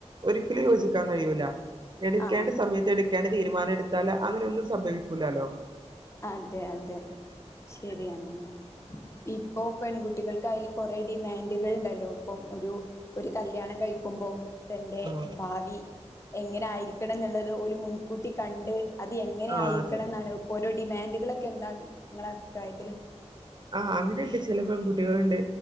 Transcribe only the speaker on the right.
ഒരിക്കലും യോജിക്കാൻ കഴിയൂല എടുക്കേണ്ട
സമയത്ത് എടു ക്കേണ്ട തീരുമാനം എടുത്താല് അങ്ങനെ ഒന്നും സംഭവിക്കൂലല്ലോ
ആ
ആ
അതെ
ആഹ് അങ്ങനെയൊണ്ട് ചില പെൺകുട്ടികളുണ്ട്